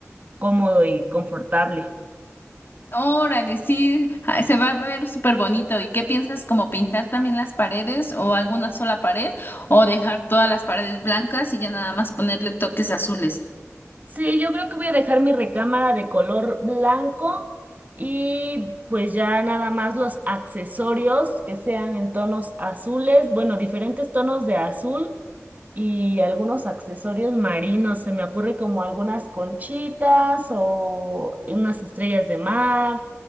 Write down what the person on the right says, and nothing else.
cómodo y confortable.
Sí, yo creo que voy a dejar mi recámara de color blanco y pues ya nada más los accesorios que sean en tonos azules, bueno, diferentes tonos de azul y algunos accesorios marinos. Se me ocurre como algunas conchitas o unas estrellas de mar